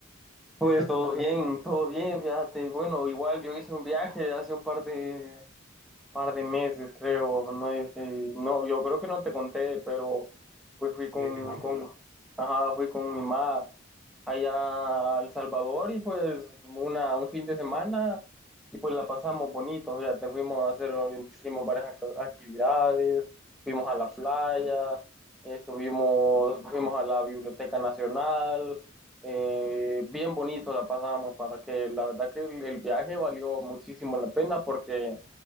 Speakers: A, in the centre; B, on the right.
A: Pues
B: qué tal
A: todo
B: todo.
A: bien, todo bien, fíjate. Bueno, igual yo hice un viaje hace un par de, par de meses, creo, no, Eh, no, yo creo que no te conté, pero pues fui con,
B: Sí, que no.
A: con, ajá, fui con mi mamá allá a El Salvador y pues una, un fin de semana y pues la pasamos bonito, ya te fuimos a hacer, hicimos varias act- actividades, fuimos a la playa, estuvimos, fuimos a la Biblioteca Nacional, eh, bien bonito la pasamos para que la verdad que el el viaje valió muchísimo la pena porque